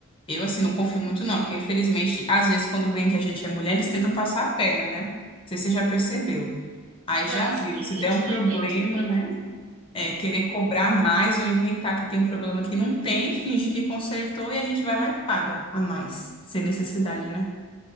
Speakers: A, on the left; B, on the right.
A: Eu, assim, não confio muito, não, porque infelizmente, às vezes, quando vem que a gente é mulher, eles tentam passar a perna, né? Não sei se você já percebeu. Aí
B: Já
A: já
B: assim,
A: viu, se der
B: a gente
A: um
B: não
A: problema,
B: entende muito.
A: né? É querer cobrar mais ou inventar que tem um problema que não tem, finge que consertou e a gente vai lá e paga a mais, sem necessidade, né?